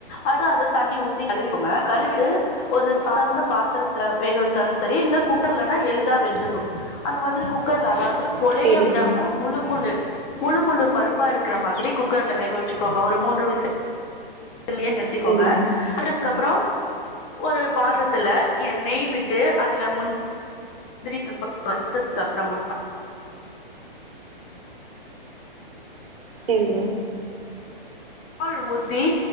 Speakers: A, on the left; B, on the right.
A: அது அதை தண்ணி ஊத்தி கழுவிக்கோங்க கழுவிட்டு ஒரு சாதாரண பாத்திரத்துல வேக வச்சாலும் செரி இல்ல குக்கர்லனா எளிதா வெந்துடும் அந்த மாதிரி குக்கர்ல அதாவ ப்பு கொலைய
B: செரிங்க
A: விடாம முழு முழு முழு முழு பருப்பா இருக்குற மாதிரி குக்கர்ல வேக வெச்சுக்கோங்க ஒரு மூன்று விசில் ல்லன்னு நிறுத்திக்கோங்க
B: செரிங்க
A: அது அதுக்கு அப்புறம் ஒரு பாத்துரத்துல என் நெய் விட்டு அதுல முந் <inaudible> அப்புறமா <inaudible>
B: சேரிங்க
A: பால் ஊத்தி